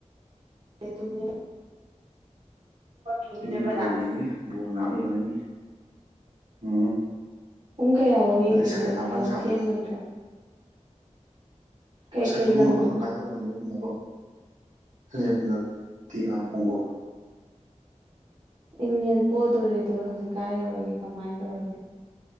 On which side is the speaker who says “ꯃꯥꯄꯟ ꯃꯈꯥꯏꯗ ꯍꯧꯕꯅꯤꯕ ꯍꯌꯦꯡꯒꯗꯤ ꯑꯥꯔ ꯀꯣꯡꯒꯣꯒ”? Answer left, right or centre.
Right